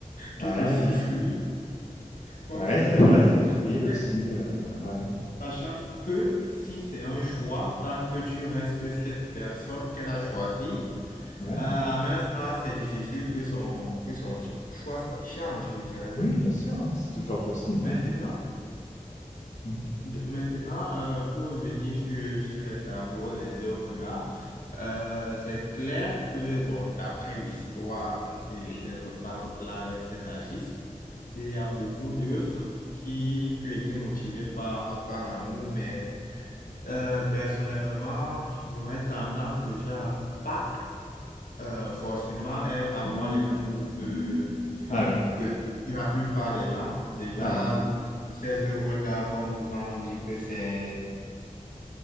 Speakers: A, on the left; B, on the left.
A: tout
B: ouais,
A: aussi fluide comme
B: ouais,
A: euh,
B: c'est vrai,
A: tout
B: c'est
A: aussi
B: fluide
A: soudaine.
B: aussi. euh, ouais,
A: Sachant que si c'est un choix, tant que tu restes cette personne qu'elle a choisie,
B: ouais.
A: euh, en un sens, c'est difficile que son, que son so- choix s- change, je dirais.
B: Oui, bien sûr, hein, c'est toujours possible.
A: Maintenant,
B: hein. Mm.
A: de- maintenant euh, pour revenir sur, sur les tableaux et les œuvres d'art, euh, c'est clair que, bon, d'après l'histoire, parce que j'étais pas v- là avec ces artistes, il y a beaucoup d'œuvres qui, qui étaient motivées par, par l'amour, mais euh, personnellement, j'aurais tendance déjà à pas euh, forcément à avoir les mêmes goûts que,
B: Ah oui,
A: que la plupart des gens, déjà,
B: ah oui,
A: ces œuvres d'art qu'on nous vend, on dit que c'est...